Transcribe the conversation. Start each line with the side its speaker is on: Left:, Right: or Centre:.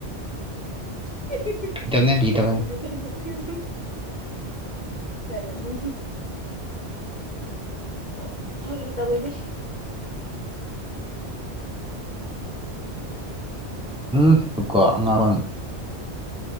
Left: <unintelligible>
Centre: ꯇꯧꯅꯦ ꯐꯥꯒꯤ
Left: ꯑꯩ
Centre: ꯇꯧꯕꯅꯦ
Left: ꯁꯤꯔꯦꯗ
Centre: ꯐꯥꯒꯤ
Left: ꯅ‌ꯣꯛꯅꯤꯡꯕꯅ ꯆꯠꯂꯅꯨ ꯑ ꯐꯥꯒꯤ ꯇꯧꯕꯅꯤ
Centre: ꯎꯝ ꯑꯀꯣ ꯉꯔꯪ